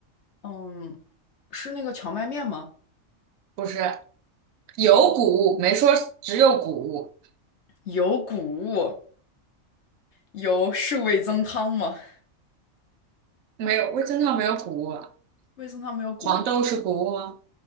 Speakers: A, on the left; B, on the right.
A: 嗯，是那个荞麦面吗？
B: 不是，有谷物，没说只有谷物，
A: 有谷物。有是味增汤吗？
B: 没有味噌汤没有谷物啊。
A: 味增汤没有谷物
B: 黄豆是谷物吗？